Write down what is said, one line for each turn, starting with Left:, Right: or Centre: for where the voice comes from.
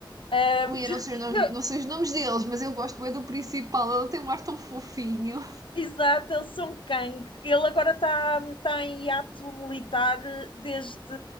Left: Ahm,
Right: Ui, eu não sei,
Left: <laughs>
Right: os nomes-
Left: não,
Right: não sei os nomes deles, mas eu gosto bem do principal, ele tem um ar tão fofinho.
Left: Exato, é o Song Kang. Ele agora está tá em hiato militar eh, desde